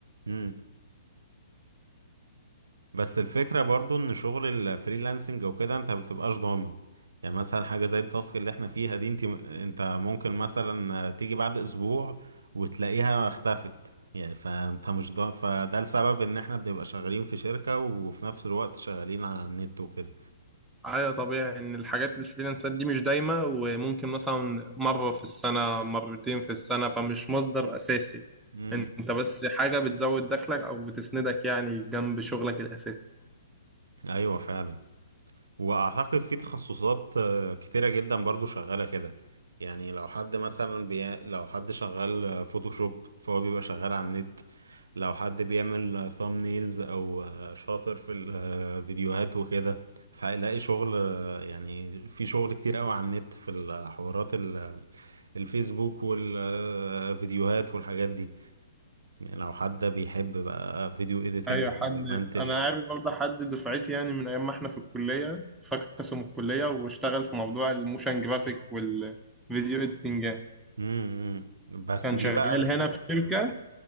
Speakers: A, on the right; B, in the centre.
A: امم بس الفكرة برضو ان شغل الفريلانسنج وكده انت مبتبقاش ضامن يعني مثلا حاجة زي التاسك اللي احنا فيها دي انت انت ممكن مثلا تيجي بعد اسبوع وتلاقيها اختفت يعني فانت مش ضامن فده السبب ان احنا بنبقى شغالين في شركة وفي نفس الوقت شغالين على النت وكده
B: أيوة طبيعي إن الحاجات الفريلانسات دي مش دايمة وممكن مثلا مرة في السنة مرتين في السنة فمش مصدر أساسي
A: امم
B: أنت بس حاجة بتزود دخلك أو بتسندك يعني جنب شغلك الأساسي
A: ايوه فعلا واعتقد في تخصصات آه، كتيرة جدا برضو شغالة كده يعني لو حد مثلا بي... لو حد شغال آه، فوتوشوب فهو بيبقى شغال على النت لو حد بيعمل ثامنيلز او آه، شاطر في الفيديوهات وكده فهيلاقي شغل آه، يعني في شغل كتير قوي على النت في الحوارات ال- الفيسبوك والفيديوهات والحاجات دي يعني لو حد بيحب بقى فيديو اديتنج
B: ايوه حد
A: ويمنتج
B: انا عارف برضه حد دفعتي يعني من ايام ما احنا في الكليه فكسوا من الكليه واشتغل في موضوع الموشن جرافيك والفيديو اديتنج يعني.
A: امم بس
B: كان
A: دي
B: شغال
A: بقى الف...
B: هنا في شركه